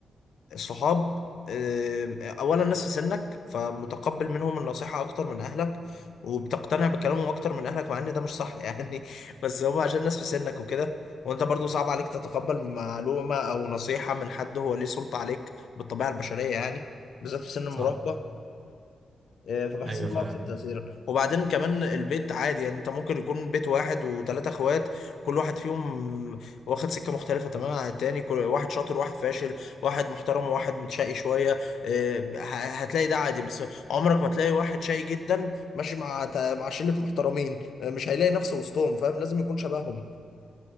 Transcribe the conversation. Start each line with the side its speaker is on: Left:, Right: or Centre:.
Left: صحاب آم، اولا ناس في سنك فمتقبل منهم النصيحة اكتر من اهلك وبتقتنع بكلامهم اكتر من اهلك مع ان ده مش صح <laughs> يعني بس هم عشان ناس في سنك وكده وانت برضو صعب عليك تتقبل معلومة او نصيحة من حد هو ليه سلطة عليك بالطبيعة البشرية يعني بالذات في سن المراهقة
Right: صح
Left: آه، فبحس
Right: ايوه
Left: ان
Right: فعلا
Left: هو اكتر تاثيرا وبعدين كمان البيت عادي يعني انت ممكن يكون بيت واحد وثلاثه اخوات كل واحد فيهم واخد سكه مختلفه تماما عن التاني كل واحد شاطر واحد فاشل واحد محترم وواحد متشقي شويه آه، ه- هتلاقي ده عادي بس عمرك ما تلاقي واحد شقي جدا ماشي مع تا- مع شله محترمين آه، مش هيلاقي نفسه وسطهم فاهم لازم يكون شبههم